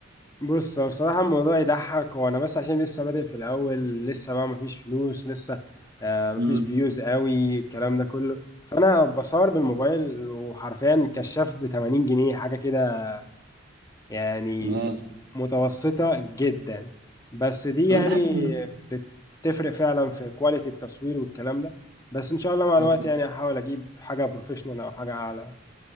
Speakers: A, on the left (about 15°); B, on the right (about 55°).
A: بص هو بصراحة الموضوع يضحك وانا بس عشان لسه بادئ في الاول لسه بقى مفيش فلوس لسه آه، مفيش
B: امم
A: فيوز قوي الكلام ده كله فانا بصور بالموبايل وحرفيا كشاف ب 80 جنيه حاجة كده يعني
B: تمام
A: متوسطة جدا بس دي
B: طب
A: يعني
B: انت حاسس ان
A: بتفرق فعلا في كواليتي التصوير والكلام ده بس ان شاء الله مع الوقت
B: مم.
A: يعني هحاول اجيب حاجة بروفيشنال او حاجة اعلى